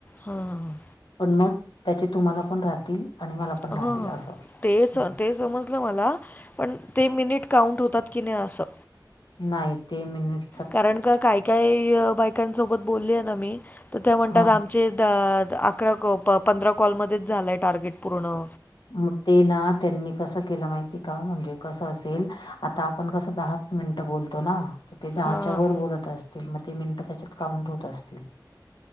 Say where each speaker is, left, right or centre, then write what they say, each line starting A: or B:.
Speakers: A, on the left (about 20°); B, on the left (about 80°).
A: हां हां
B: पण मग त्याचे तुम्हाला पण राहतील. आणि मला पण
A: हां
B: राहतील
A: हां हां
B: असं,
A: ते
B: हम्म.
A: स ते समजलं मला, पण ते मिनिट काउंट होतात की नाही असं?
B: नाही, ते मिनिट
A: कारण का, काय काय बायकांसोबत बोलली आहे ना मी, तर त्या म्हणतात
B: हा
A: आम् चे द अकरा कॉ प पंधरा कॉलमध्येच झालंय टार्गेट पूर्ण.
B: मग ते ना, त्यांनी कसं केलं माहिती का, म्हणजे कसं असेल आता आपण कसं दहाच मिनिटं बोलतो ना, तर ते दहाच्या
A: हां हां.
B: वर बोलत असतील, मग ते मिनिटं त्याच्यात काउंट होत असतील.